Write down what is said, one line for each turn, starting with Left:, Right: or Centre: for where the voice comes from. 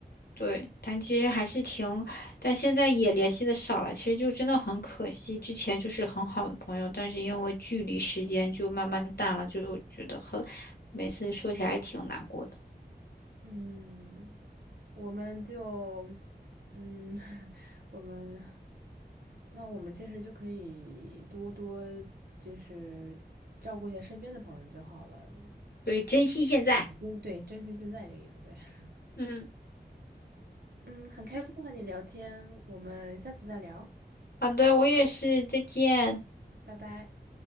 Left: 对，但其实还是挺，但现在也联系的少了，其实就真的很可惜。之前就是很好的朋友，但是因为距离时间就慢慢淡了，就觉得很，每次说起来还挺难过的。
Right: 嗯，我们就，嗯，<laughs> 我们，那我们其实就可以多多就是照顾一下身边的朋友就好了。
Left: 对，珍惜现在。
Right: 嗯对，珍惜现在这个意思，对。<laughs>
Left: 嗯，
Right: 嗯，很开心和你聊天，
Left: 那
Right: 我们下次再聊，
Left: 好的，我也是，再见，
Right: 拜拜。